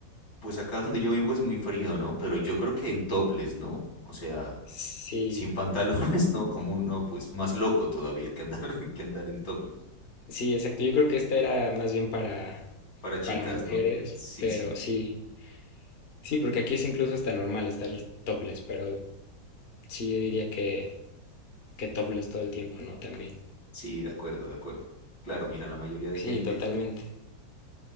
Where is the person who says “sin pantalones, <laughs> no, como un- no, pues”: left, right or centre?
Left